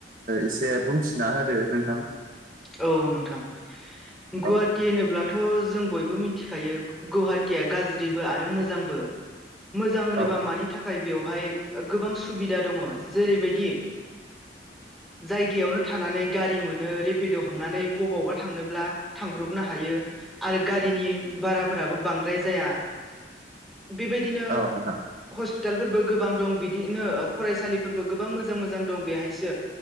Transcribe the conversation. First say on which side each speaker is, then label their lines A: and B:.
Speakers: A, on the right; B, in the centre.
A: इसे बुंथिना होदो नोंथां।
B: औ नोंथां
A: औ
B: गुवाहाटो। होनोबाथ' जों बयबो मिथिखायो गुवाहाटिया गाज्रिबो आरो मोजांबो मोजां
A: औ
B: होनोबा मानि थाखाय थाखाय बेवहाय गोबां सुबिदा दङ जेरैबायदि जायगायावनो थानानै गारि मोनो ओरै बेद' हमनानै बबावबा थांनोब्ला थांब्रबनो हायो। आरो गारिनि भाराफोराबो बांद्राय जाया बेबायदिनो।
A: औ नोंथां
B: हस्पिटालफोरबो गोबां दं बिदिनो फरायसालिफोरबो गोबां मोजां मोजां दं बेहायसो